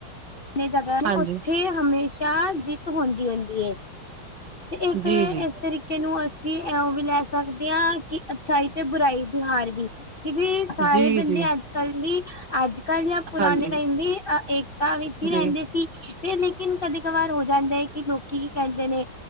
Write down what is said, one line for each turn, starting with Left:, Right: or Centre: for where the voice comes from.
Left: ਤੇ ਜਗ੍ਹਾ ਨੇ,
Right: ਹਾਂਜੀ
Left: ਉੱਥੇ ਹਮੇਸ਼ਾ ਜਿੱਤ ਹੁੰਦੀ ਹੁੰਦੀ ਹੈ। ਤੇ ਇਹ,
Right: ਜੀ ਜੀ
Left: ਇਸ ਤਰੀਕੇ ਨੂੰ ਅਸੀਂ ਵੀ ਲੈ ਸਕਦੇ ਹਾਂ, ਕਿ ਅੱਛਾਈ ਤੇ ਬੁਰਾਈ ਦੀ ਹਾਰ ਵੀ। ਸਾਰੇ
Right: ਜੀ
Left: ਬੰਦੇ
Right: ਜੀ
Left: ਅੱਜ ਕੱਲ ਵੀ, ਅੱਜ-ਕੱਲ ਜਾਂ ਪੁਰਾਣੇ
Right: ਹਾਂਜੀ
Left: ਟਾਈਮ ਵੀ ਅ ਏਕਤਾ ਵੀ
Right: ਜੀ
Left: ਸੀ ਤੇ ਲੇਕਿਨ ਕਦੇ ਕਵਾਰ ਹੋ ਜਾਂਦਾ ਹੈ, ਕਿ ਲੋਕੀ ਕੀ ਕਹਿੰਦੇ ਨੇ